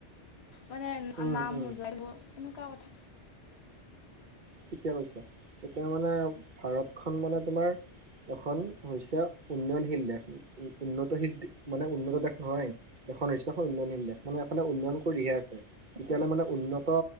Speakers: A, on the left; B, on the right.
A: মানে
B: উম
A: নাম
B: উম
A: উজাইব এনেকুৱা কথা
B: ঠিকে কৈছা এতিয়া মানে ভাৰতখন মানে তোমাৰ এখন হৈছে উন্নয়নশীল দেশ উ উন্নতশীল মানে উন্নত দেশ নহয় এখন হৈছে উন্নয়নশীল দেশ মানে এখনে উন্নয়ন কৰিহে আছে তেতিয়াহ'লে মানে উন্নত